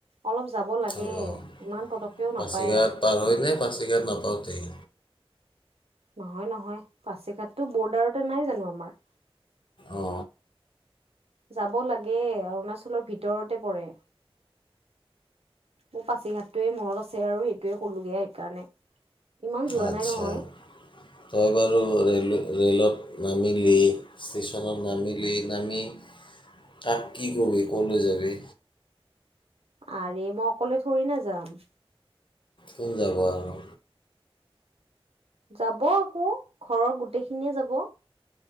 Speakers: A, on the right; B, on the left.
A: অলপ যাব লাগে
B: অঁ
A: ইমান পতককেও নাপায়
B: পাছিঘাট পাৰ হয় নে পাছিঘাত নাপাওঁতেই
A: নহয় নহয় পাছিঘাটটো বৰ্ডাৰতে নাই জানো আমাৰ
B: অ
A: যাব লাগে অৰুণাচলৰ ভিতৰতে পৰে মোৰ পাছিঘাটটোৱে মনত আছে আৰু সেইটোৱে কলোগে সেইকাৰণে ইমান যোৱা
B: আচ্ছা
A: নাই নহয়
B: ত এবাৰু ৰেলে ৰে'লত নামিলি ষ্টেচনত নামিলি নামি কাক কি কবি ক'লৈ যাবি
A: আৰে মই অকলে থৰি না যাম
B: কোন যাব আৰু
A: যাব আকৌ ঘৰৰ গোটেইখিনিয়ে যাব